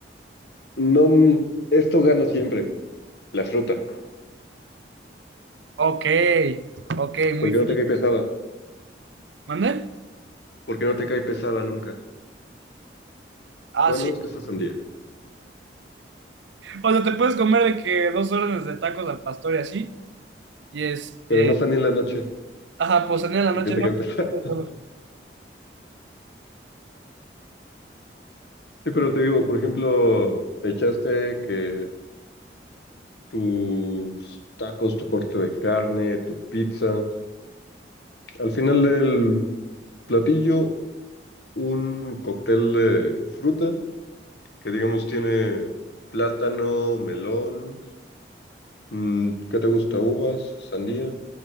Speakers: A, on the left; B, on the right.
A: no, esto gana siempre, la fruta.
B: Ok, ok, muy
A: Porque
B: fin.
A: no te cae pesada,
B: ¿Mande?
A: porque no te cae pesada nunca.
B: Ah,
A: Bueno,
B: sí.
A: no es que esta sandía,
B: O sea, te puedes comer de que dos órdenes de tacos al pastor y así. Y este.
A: pero no está ni en la noche,
B: Ajá, pues salir en la
A: porque
B: noche,
A: te
B: ¿no?
A: cae pesada.
B: Porque
A: <laughs>
B: solo-
A: Sí, pero te digo, por ejemplo, te echaste que tus tacos, tu corte de carne, tu pizza, al final del platillo, un cóctel de fruta que digamos tiene plátano, melón, mm, ¿qué te gusta? Uvas, sandía.